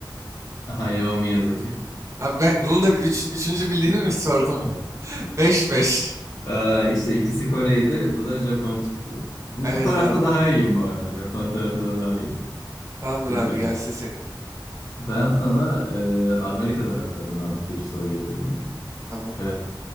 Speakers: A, on the left; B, on the right.
A: Hayao Miyazaki.
B: Abi ben bunun da bir üç, üçüncü bildiğini mi sordum? <laughs> Beş beş.
A: Ee, işte ikisi Kore'ydi. Bu da Japon çıktı. Bu,
B: Evet
A: bu tarafta
B: abi.
A: daha iyiyim bu arada. Japon tarafında daha iyiyim.
B: Tamamdır
A: Peki.
B: abi gelsin seninki.
A: Ben sana e, Amerika taraflarından bir soru getirdim.
B: Tamam.
A: E,